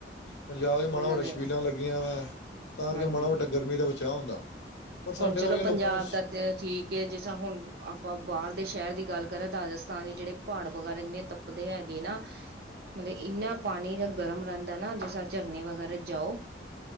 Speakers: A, on the left; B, on the right.
A: ਪੰਜਾਬ ਚ
B: ਉਹਨਾਂ
A: ਮਾੜਾ-ਮਾੜਾ ਸ਼ਬੀਲਾਂ
B: ਦੇ
A: ਲੱਗੀਆਂ ਵਾ ਤਾਂ ਕਰਕੇ
B: ਹਾਂਜੀ।
A: ਮਾੜਾ-ਮੋਟਾ ਗਰਮੀ ਦਾ ਬਚਾਅ ਹੁੰਦਾ ਪਰ ਸਾਡੇ
B: ਹੁਣ ਚਲੋ
A: ਵਰਗੇ ਲੋਕਾਂ
B: ਪੰਜਾਬ
A: ਨੂੰ
B: ਦਾ ਠੀਕ ਕਿ ਜਿਸ ਤ੍ਹਾਂ ਹੁਣ ਆਪਾਂ ਬਾਹਰ ਦੇ ਸ਼ਹਿਰ ਦੀ ਗੱਲ ਕਰਾਂ ਰਾਜਸਥਾਨ ਦੀ ਜਿਹੜੇ ਪਹਾੜ ਵਗੈਰਾ ਇੰਨੇ ਤੱਪਦੇ ਹੈਗੇ ਨਾ ਮਤਲਬ ਇੰਨਾ ਪਾਣੀ ਦਾ ਗਰਮ ਰਹਿੰਦਾ ਨਾ ਦਸਾ ਝਰਨੇ ਵਗੈਰਾ ਜਾਓ